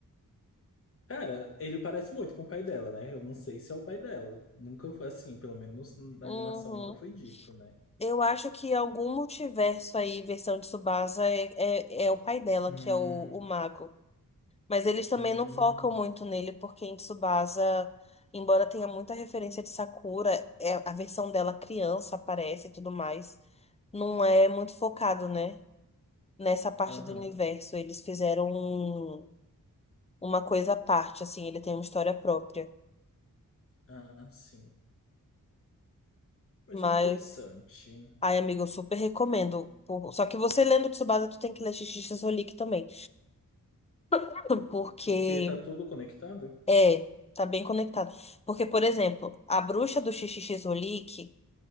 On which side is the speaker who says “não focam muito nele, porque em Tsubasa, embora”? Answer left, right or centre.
Left